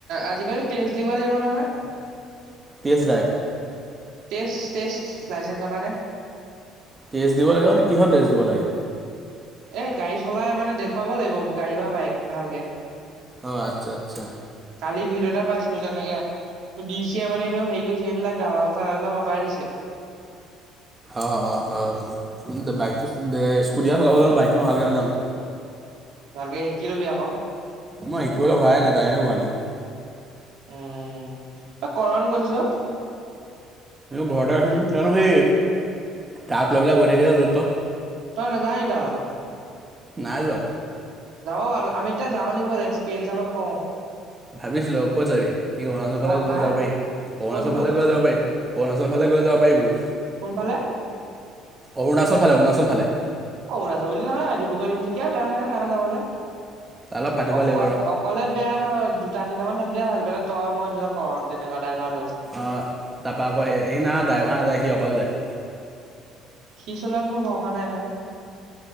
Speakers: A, on the right; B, on the right.
A: আজিকালি টেষ্ট দিব লাগিব নহয়।
B: Test drive.
A: টেষ্ট টেষ্ট লাইচেনচৰ কাৰনে।
B: টেষ্ট দিব লাগে নে কিহত দিব লাগে।
A: এ গাড়ী চলাই মানে দেখুৱাব লাগিব গাড়ী বা বাইক ভালকে
B: অ আচ্ছা আচ্ছা।
A: কালি ভিত এটা পাইছিলো তেনেকে ডি চিয়ে মানে এইটো হেৰি কৰিছে এইবিলাক দালাল চালাল বিলাক আঁতৰাই দিছে <inaudible>
B: অ অ অ বাইক স্কুটি চলাব বাইকই ভালে জে
A: ভালকে শিকি লবি আকৌ
B: মই শিকিবলৈ হোৱাই নাই টাইমে পোৱা নাই
A: উম কৰণ কৰিছো
B: মোৰ ঘৰতে জানো সেই তাক লৈ পেলাক গৈ থাকিলে য'ত ত'ত
A: তই নেযাও নি তাৰ লগত
B: নাই যোৱা
A: যাব বাৰু আমি এতিয়া যাও নি বল এক্সপিৰিয়েঞ্চ অলপ কও।
B: ভাবিছিলো ক'ত যাবি কি অচৰ
A: মই
B: ফালে গলে
A: আ
B: যাব পাৰি। অৰুণাচল
A: কোন কোন
B: ফালে ক যাব পাৰি অৰুণাচৰ ফালে ক যাব পাৰি বোলো
A: কোনফালে?
B: অৰুণাচল ভালে অৰুণাচল ভালে
A: অৰুণাচল বুলি নহয় ডিব্ৰুগড় তিনিচুকীয়াও বেয়া নহয় নহয় যাবলে।
B: তাৰ লগত পাতিব
A: অক
B: লাগিব ৰ
A: অকলে বেয়াতো হয় দু- দুটা তিনটামান থাকিলে ভাল মানে তই মই ধৰি লক' ক তেনেকোৱা ড্ৰাইভাৰ।
B: অ তাৰাপৰা আকৌ সি না ড্ৰাইভাৰ নাযায় সি অকলে যায়।
A: সি চলোৱাত মোৰ ভৰষা নাই নহয়